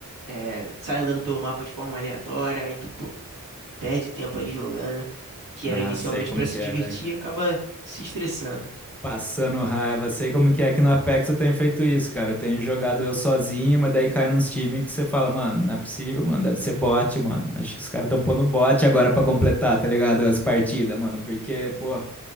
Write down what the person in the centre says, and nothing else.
É,
sei como
que
é, velho.
Passando raiva, sei como que é que no Apex eu tenho feito isso, cara. Eu tenho jogado eu sozinho, mas daí cai nos times que você fala, mano, não é possível, mano, deve ser bot, mano. Acho que os caras estão pondo bot agora pra completar, tá ligado? As partidas, mano, porque, pô,